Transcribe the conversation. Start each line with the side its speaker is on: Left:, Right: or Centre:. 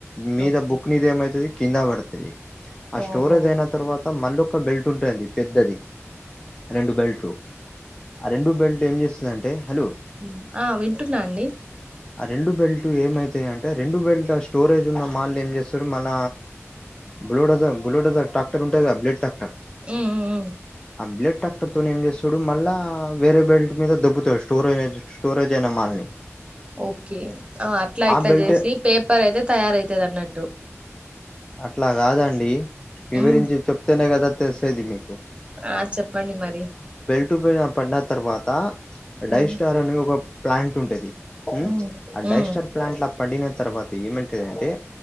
Left: మీద
Right: ఓకే
Left: బుక్ నీది ఏమైతది కింద పడుతది ఆ
Right: ఓహో
Left: స్టోరేజ్ అయిన తర్వాత మళ్ళో ఒక బెల్ట్ ఉంటంది పెద్దది రెండు బెల్ట్ లు ఆ రెండు బెల్ట్ ఏం చేస్తది అంటే హలో
Right: ఊ ఆ వింటున్నా అండి
Left: ఆ రెండు బెల్ట్ ఏమైతాయి అంటే రెండు బెల్ట్ స్టోరేజ్ ఉన్న మాళ్లు ఏం చేస్తారు మన బులోడజర్ బులోడజర్ టాక్టర్ ఉంటుంది కదా బ్లడ్ టాక్టర్
Right: ఊ ఊ ఊ
Left: బ్లడ్ టాక్టర్ తోని ఏం జెసర్ చూడు మళ్ళా వేరే బెల్ట్ మీద దొబ్బుతడు స్టోరే స్టోరేజ్ అయిన మల్ని
Right: ఓకే అట్లా ఇట్లా
Left: బెల్ట్
Right: చేసి పేపర్ అయితే తయారయితది అన్నట్టు
Left: అట్లా కాదండి వివరించి
Right: ఉమ్
Left: చెప్తేనే కదా తెలుసదీ మీక్
Right: ఆ చెప్పండి మరి
Left: ట్టుబిన పడిన తర్వాత అడై
Right: ఉమ్
Left: స్టార్ అని ఒక ప్లాంట్ ఉంటది ఉ
Right: ఉమ్
Left: ఆ డైస్టర్
Right: ఉమ్
Left: ప్లాంట్ లా పడిన తర్వాత ఏమంటదంటే